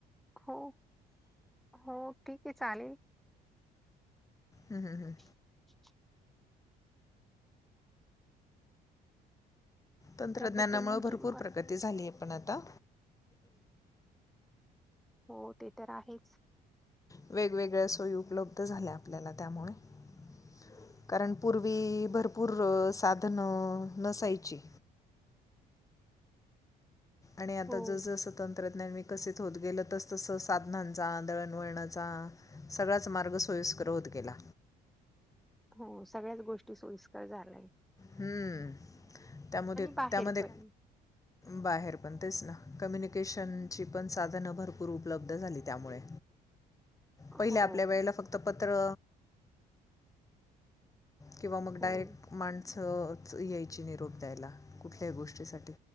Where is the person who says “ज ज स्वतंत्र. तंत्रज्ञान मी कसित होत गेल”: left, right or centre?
Left